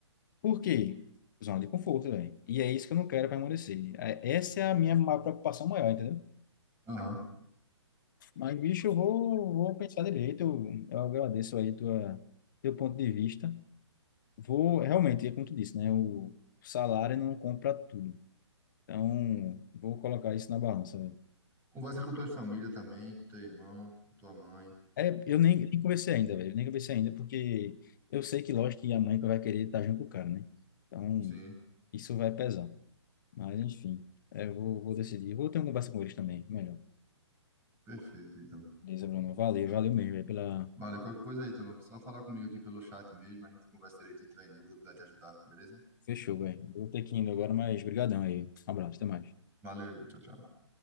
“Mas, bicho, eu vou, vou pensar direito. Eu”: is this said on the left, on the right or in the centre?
Left